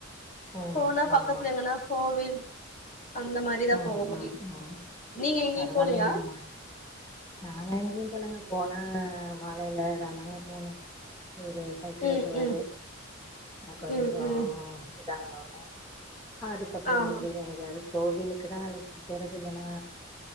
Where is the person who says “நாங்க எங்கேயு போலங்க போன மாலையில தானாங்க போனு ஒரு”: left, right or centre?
Left